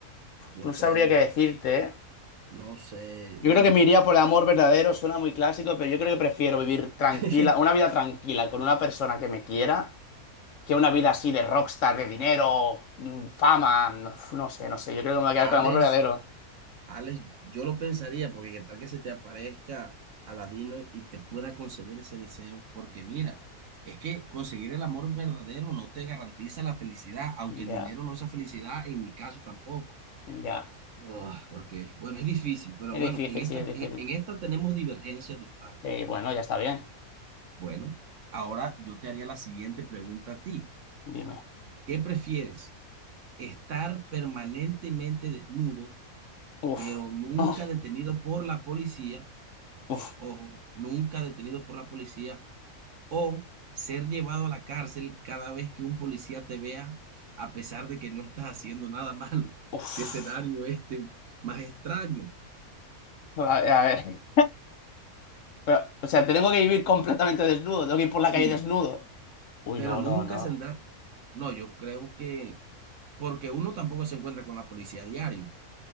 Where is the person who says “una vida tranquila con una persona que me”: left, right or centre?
Left